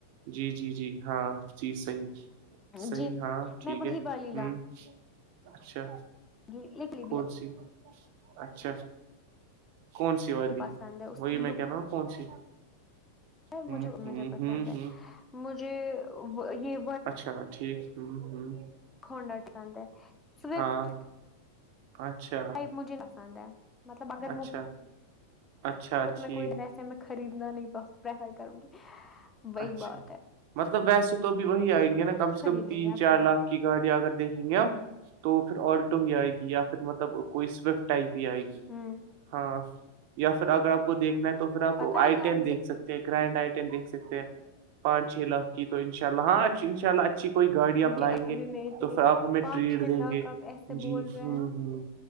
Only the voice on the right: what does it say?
جی جی جی ہاں جی صحیح صحیح
ہاں
ٹھیک
ہے
ہ اچھا
کون سی اچھا کون سی والی
وہی
میں کہ رہا ہوں کون سی ہوں
ہوں
ہوں
ہوں
اچھا ٹھیک ہوں ہوں
ہاں اچھا
اچھا
اچھا
ٹھیک
اچھا
مطلب ویسے تو بھی وہی آئیں گے نا
کم سے
کم
تین
چار
لاکھ کی گاڑیاں اگر دیکھیں گے اپ تو پھر آلٹو ہی آئے گی یا پھر مطلب کوئی سوئفٹ ٹپ آئے گی
ہاں یا پھر اگر آپ کو دیکھنا ہے تو پھر آپ
آئی ین
دیکھ سکتی گرنڈ آئٹن دیک سکتے پانچ چھ لاک کی تو ان شاء اللہ ہاں ا انشاالی اچھی اچھی کوئی گاڑی
آپ لائیں گے
تو پھر آپ ہمیں
ٹریڈ
دیں
گے
جی
ہ ہ